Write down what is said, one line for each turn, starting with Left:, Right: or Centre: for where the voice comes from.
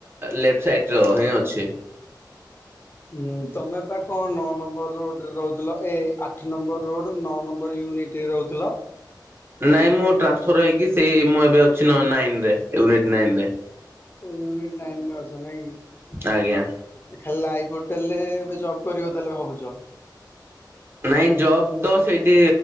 Right: ଲେଫ୍ଟ ସାଇ <unintelligible> ହିଁ ଅଛି।
Left: ହୁଁ ତମେ ପା କଣ ନଅ ନମ୍ବର ରୋଡରେ ରହୁଥିଲ ଏ ଆଠ ନମ୍ବର ରୋଡ ନଅ ନମ୍ବର <unintelligible> ରହୁଥିଲ।
Right: ନାଇଁ ମୁଁ ଟ୍ରାନ୍ସଫର ହେଇକି ସେଇ ମୁଁ ଏବେ ଅଛି ନାଇନରେ ୟନିଟ ନାଇନ ରେ।
Left: ୟୁନିଟ ନାଇନ ରେ ଅଛ ନାଇଁକି
Right: ଆଜ୍ଞା।
Left: ଖାଲି ଲା ହେଲେ ଏବେ ଜବ୍ କରିବ ତାହଲେ ଭାବୁଛ।
Right: ନାଇଁ ଜବ ତ ସେଇଠି